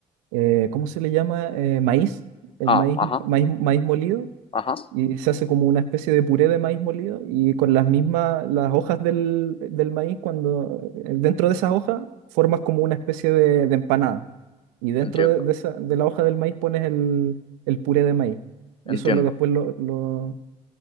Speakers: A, on the right (about 75°); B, on the left (about 30°).
A: eh, ¿cómo se le llama? Eh, maíz, el
B: Ah,
A: maíz,
B: ajá,
A: maíz, maíz molido.
B: ajá.
A: Y se hace como una especie de puré de maíz molido y con las mismas, las hojas del, del maíz, cuando eh, dentro de esas hojas formas como una especie de de empanada y dentro
B: Entiendo,
A: de, de esa, de la hoja del maíz pones el, el puré de maíz. Y
B: entiendo.
A: eso lo, después lo, lo-